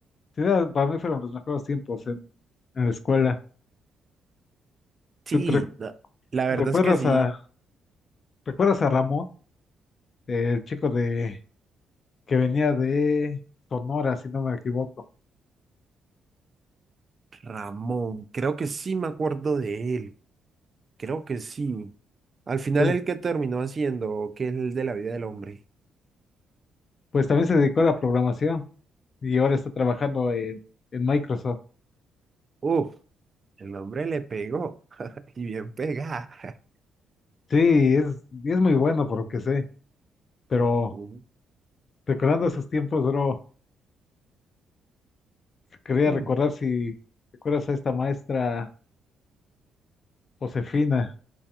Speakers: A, on the left; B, on the right.
A: sí, era- para mí fueron los mejores tiempos en, en la escuela.
B: Sí,
A: ¿Tú te re-
B: no, la
A: recuerdas
B: verdad es que sí.
A: a, recuerdas a Ramón, el chico de que venía de Sonora, si no me equivoco?
B: Ramón, creo que sí me acuerdo de él. Creo que sí. Al final,
A: Pues,
B: el que terminó haciendo, que es el de la vida del hombre.
A: pues también se dedicó a la programación y ahora está trabajando en, en Microsoft.
B: Uf, el hombre le pegó. <laughs> Y bien pegada. <laughs>
A: Sí,
B: Uh,
A: es, es muy bueno por lo que sé, pero
B: uh,
A: recordando esos tiempos, bro, quería
B: mm.
A: recordar si recuerdas a esta maestra Josefina